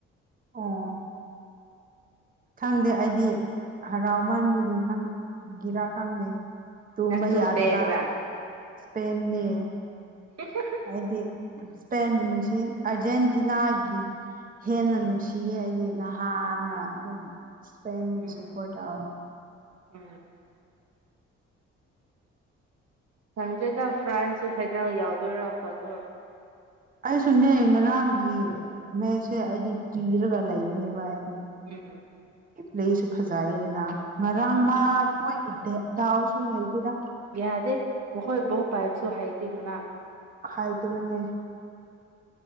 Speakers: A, on the right; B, on the right.
A: ꯑꯥ ꯈꯪꯗꯦ ꯑꯩꯗꯤ ꯍꯔꯥꯎꯃꯟꯕꯗꯤ ꯈꯪ ꯒꯤꯔꯥ ꯈꯪꯗꯦ ꯇꯨꯝꯕ
B: ꯅꯪꯁꯨ
A: ꯌꯥꯗꯕ
B: ꯏꯁꯄꯦꯟꯔ
A: ꯁꯄꯦꯟꯦ
B: ꯍ
A: ꯍꯥꯏꯗꯤ ꯏꯁꯄꯦꯟꯕꯨ ꯅꯨꯡꯁꯤ ꯑꯔꯖꯦꯟꯇꯤꯅꯥꯒꯤ ꯍꯦꯟꯅ ꯅꯨꯡꯁꯤꯌꯦ ꯍꯥꯏꯗꯤ ꯅꯍꯥꯟꯅ ꯑꯗꯨꯝ ꯏꯁꯄꯦꯟꯕꯨ
B: ꯎꯝ
A: ꯁꯄꯣꯔꯠ ꯇꯧꯅꯤ
B: ꯎꯝ ꯈꯪꯖꯩꯗ ꯐ꯭ꯔꯥꯟꯁꯁꯦ ꯐꯥꯏꯅꯥꯜ ꯌꯥꯎꯗꯣꯏꯔꯥ ꯐꯜꯂꯣ
A: ꯑꯩꯁꯨꯅꯦ ꯉꯔꯥꯡꯒꯤ ꯃꯦꯠꯁꯦ ꯑꯩꯗꯤ ꯀꯤꯔꯒ ꯂꯩꯕꯅꯦꯕ ꯍꯥꯏꯗꯤ
B: ꯎꯝ ꯎꯝ
A: ꯂꯩꯁꯨ ꯐꯖꯩꯗꯅ ꯉꯔꯥꯡ
B: ꯎꯝ
A: ꯃꯥꯣꯏꯒꯤ ꯗꯥꯎꯁꯨ ꯂꯩꯇꯦꯔ
B: ꯌꯥꯗꯦ ꯃꯈꯣꯏ ꯕꯣ ꯄꯥꯏꯕꯁꯨ ꯍꯩꯇꯦ ꯉꯔꯥꯡ
A: ꯍꯥꯏ ꯇꯕꯅꯦ